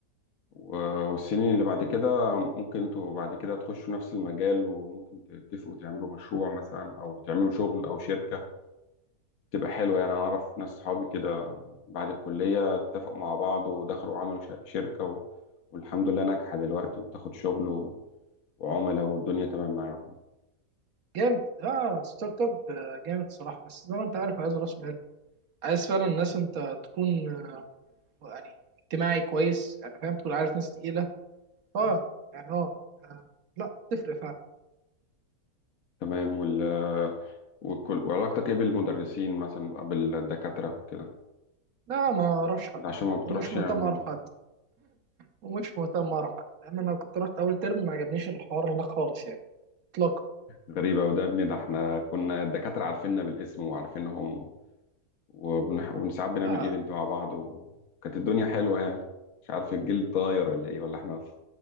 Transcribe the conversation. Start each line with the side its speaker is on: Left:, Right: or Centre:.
Left: و- والسنين اللي بعد كده ممكن انتوا بعد كده تخشوا نفس المجال وممكن تتفقوا تعملوا مشروع مثلا او تعملوا شغل او شركة تبقى حلوة يعني انا اعرف ناس صحابي كده يعني بعد الكلية اتفقوا مع بعض ودخلوا وعملوا ش- شركة و... والحمد لله ناجحة دلوقتي وبتاخد شغل و... وعملاء والدنيا تمام معاهم
Right: جامد اه ستارت اب آه، جامد صراحه بس زي ما انت عارف عايز راس مال عايز فعلا ناس انت تكون آه، يعني اجتماعي كويس يعني فاهم تكون عارف ناس تقيلة اه يعني اه آه، لا تفرق فعلا
Left: تمام وال... وكل... وعلاقتك ايه بالمدرسين مثلا أو بالدكاترة كده
Right: لا ما اعرفش حد
Left: عشان ما بتروحش
Right: ومش مهتم
Left: يعني
Right: اعرف حد ومش مهتم اعرف حد لان انا كنت رحت اول ترم ما عجبنيش الحوار هناك خالص يعني اطلاقا
Left: غريبة وده يا ابني ده احنا
Right: آه،
Left: كنا الدكاترة عارفيننا بالاسم وعارفينهم وبنح... وساعات بنعمل
Right: لا
Left: ايفنت مع بعض وكانت الدنيا حلوه يعني مش عارف الجيل اتغير ولا ايه ولا احنا